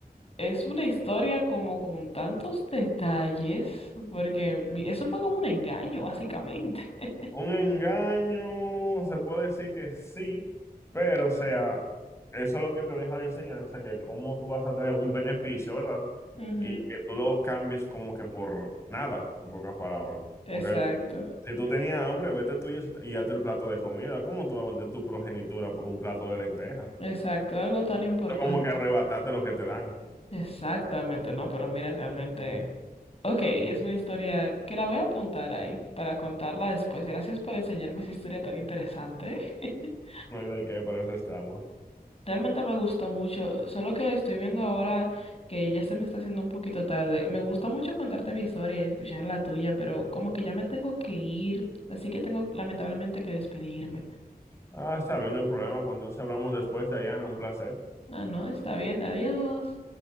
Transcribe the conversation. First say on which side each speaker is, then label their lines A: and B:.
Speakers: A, on the left; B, on the left.
A: es una historia como con tantos detalles, porque mi- eso fue como un engaño, básicamente. <laughs>
B: Un engaño, se puede decir que sí, pero o sea, eso es lo que te deja de enseñanza, que cómo tú vas a tener un beneficio, ¿verdad?
A: Ujú,
B: Y que tú lo cambies como que por nada, en pocas palabras.
A: Exacto,
B: Porque si tú tenías hambre, vete tú y y hazte el plato de comida. ¿Cómo tú vas a vender tu progenitura por un plato de lentejas?
A: exacto, algo tan importante.
B: Eso como que arrebatarte lo que te dan.
A: Exactamente, ¿no? Pero mira, realmente, ok, es una historia que la voy a apuntar ahí para contarla después. Gracias por enseñarme esa historia tan interesante. <laughs>
B: No hay de qué, para eso estamos.
A: Realmente me gustó mucho, solo que estoy viendo ahora que ya se me está haciendo un poquito tarde. Me gusta mucho contarte mi historia y escuchar la tuya, pero como que ya me tengo que ir, así que tengo lamentablemente que despedirme.
B: Ah, está bien, no hay problema, pues entonces hablamos después, Dayana, un placer.
A: Ah, no, está bien, adiós.